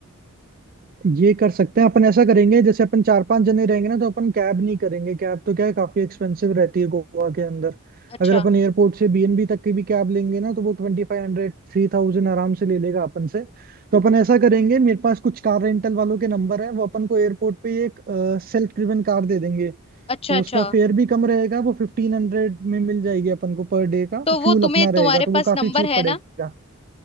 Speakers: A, on the right; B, on the left.
A: ये कर सकते हैं अपन ऐसा करेंगे जैसे अपन चार पांच जने रहेंगे ना तो अपन कैब नहीं करेंगे कैब तो क्या है काफी एक्सपेंसिव रहती है गोवा के अंदर
B: अच्छा
A: अगर अपन एयरपोर्ट से बीएनबी तक की भी कैब लेंगे ना तो वो ट्वेंटी फाइव हंड्रेड थ्री थाउजेंड आराम से ले लेगा अपन से तो अपन ऐसा करेंगे मेरे पास कुछ कार रेंटल वालों के नंबर है वो अपन को एयरपोर्ट पे ही एक सेल्फ ड्रिवन कार दे देंगे तो
B: अच्छा अच्छा
A: उसका फेयर भी कम रहेगा वो फिफ्टीन हंड्रेड में मिल जाएगी अपन को पर डे का
B: तो
A: फ्यूल
B: वो तुम्हें
A: अपना
B: तुम्हारे
A: रहेगा तो वो
B: पास
A: काफी
B: नंबर
A: चीप
B: है
A: पड़ेगा
B: ना